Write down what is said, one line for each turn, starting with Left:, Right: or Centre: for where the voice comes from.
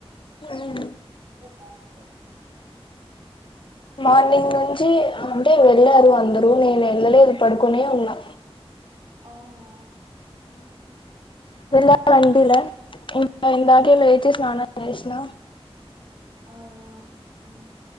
Left: ఉమ్
Right: బాగుంటది
Left: మార్నింగ్ నుంచి అంటే వెళ్ళారు అందరూ నేను వెళ్ళలేదు పడుకునే ఉన్నా
Right: అవునా
Left: వెళ్లాలనిపిలే ఇందాకే లేచి స్నానం చేసిన
Right: అవునా ఉమ్